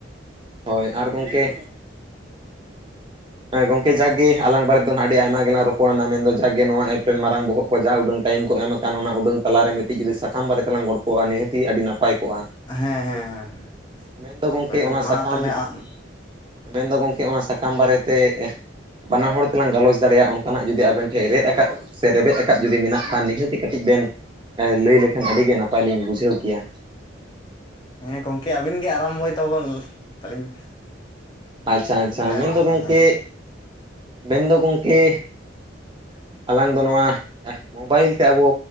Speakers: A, on the right; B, on the left.
A: ᱦᱳᱭ ᱟᱨ ᱜᱚᱝᱠᱮ ᱮ ᱜᱚᱝᱠᱮ ᱡᱟᱜᱮ, ᱟᱞᱟᱝ ᱵᱟᱨᱮ ᱫᱚ ᱦᱟᱸᱜ ᱟᱹᱰᱤ ᱟᱭᱢᱟ ᱜᱮᱞᱟᱝ ᱨᱚᱯᱚᱲᱱᱟ᱾ ᱢᱮᱱᱫᱚ ᱡᱟᱜᱮ ᱱᱚᱣᱟ ᱮᱯ ᱨᱮᱱ᱾ ᱢᱟᱨᱟᱝ ᱵᱚᱦᱚᱜ ᱠᱚ ᱡᱟ ᱩᱰᱟᱹᱝ ᱴᱟᱭᱤᱢ ᱠᱚ ᱮᱢ ᱟᱠᱟᱱ᱾ ᱚᱱᱟ ᱩᱰᱟᱹᱝ ᱛᱟᱞᱟ ᱨᱮ, ᱢᱤᱫᱴᱤᱡ ᱥᱟᱠᱟᱢ ᱵᱟᱨᱮ ᱛᱮᱞᱟᱝ ᱜᱚᱲ ᱠᱚ ᱟ᱾ ᱱᱤᱦᱟᱹᱛᱤ ᱟᱹᱰᱤ ᱱᱟᱯᱟᱭ ᱠᱚᱜ-ᱟ᱾
B: ᱦᱮᱸ - ᱦᱮᱸ - ᱦᱮᱸ- ᱦᱮᱸ᱾
A: ᱢᱮᱱ ᱫᱚ ᱜᱚᱝᱠᱮ,
B: ᱯᱳᱭᱞᱳ
A: ᱚᱱᱟ
B: ᱢᱟ
A: ᱥᱟᱠᱟᱢ᱾
B: ᱛᱟᱦᱚᱞᱮ ᱟᱢ
A: ᱢᱮᱱ ᱫᱚ ᱜᱚᱝᱠᱮ, ᱚᱱᱟ ᱥᱟᱠᱟᱢ ᱵᱟᱨᱮ ᱛᱮ ᱾ ᱵᱟᱱᱟ ᱦᱚᱲ ᱛᱮᱞᱟᱝ ᱜᱟᱞᱚᱪ ᱫᱟᱲᱮᱸ ᱭᱟᱜᱼᱟ᱾ ᱚᱱᱠᱟ ᱱᱟᱜ ᱡᱩᱫᱤ ᱟᱵᱮᱱ ᱴᱷᱮᱱ, ᱨᱮᱫ ᱟᱠᱟᱫ ᱥᱮ ᱨᱮᱵᱮᱫ ᱟᱠᱟᱫ᱾ ᱡᱩᱫᱤ ᱢᱮᱱᱟ-ᱜ ᱠᱷᱟᱱ ᱱᱤᱦᱟᱹᱛᱤ ᱠᱟᱹᱴᱤᱡ ᱵᱮᱱ ᱞᱟᱹᱭ ᱞᱮᱠᱷᱟᱱ᱾ ᱟᱹᱰᱤ ᱜᱮ ᱱᱟᱯᱟᱭ ᱞᱤᱧ, ᱵᱩᱡᱷᱽᱟᱹᱣ ᱠᱮᱭᱟ᱾
B: ᱦᱮᱸ ᱜᱚᱝᱠᱮ ᱾ ᱟᱹᱵᱤᱱ ᱜᱮ ᱟᱨᱟᱢ ᱵᱚᱭ ᱛᱟᱵᱚᱱ <unintelligible>
A: ᱟᱪᱪᱷᱟ
B: ᱟᱹᱵᱤᱱ
A: - ᱟᱪᱪᱷᱟ
B: ᱦᱮᱸ
A: ᱢᱮᱱ ᱫᱚ
B: ᱦᱮᱸ
A: ᱜᱚᱝᱠᱮ᱾
B: ᱦᱮᱸ
A: ᱢᱮᱱ ᱫᱚ ᱜᱚᱝᱠᱮ᱿ ᱟᱞᱟᱝ ᱫᱚ ᱱᱚᱣᱟ᱾ ᱢᱚᱵᱟ ᱭᱤᱞ ᱛᱮ, ᱟᱵᱚ